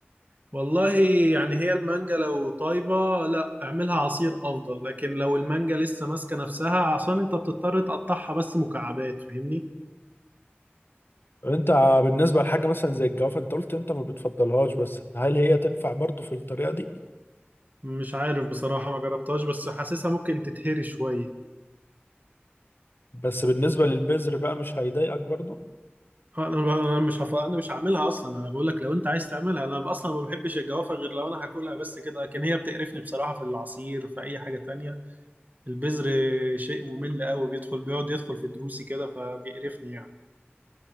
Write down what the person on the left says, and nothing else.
طب انت بالنسبة لحاجة مثلا زي الجوافة انت قلت انت ما بتفضلهاش بس هل هي تنفع برضو في الطريقة دي
بس بالنسبة للبذر بقى مش هيضايقك برضو